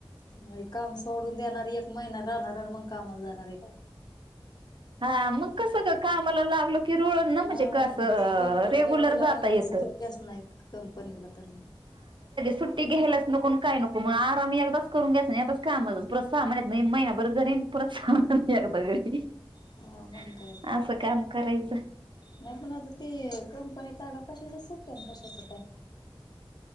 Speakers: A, on the left; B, on the right.
A: नाही काम सोडून देणार एक महिना राहणार आणि मग कामाला जाणार आहे का <inaudible>
B: हा मग कस ज कामला लागल कि रुळण ना
A: हा
B: म्हणजे कसं
A: ते कंपनीला
B: रेग्युलर
A: गेल्यावर
B: जाता
A: मग तर
B: येत
A: सुट्ट्याच नाहीत कंपनीला तर मग <inaudible>
B: सुट्टी घ्यायच नको काय नको मग आराम एकदाच करून घ्यायच नाहीच कामा सामान येत नाही महिनाभर जरी पु स अदा घरी <inaudible>
A: हा मग काय तर
B: असं काम करायचं
A: नाही पण आता ती कंपनीत आलो क तस सुट ना कस तू काय <inaudible>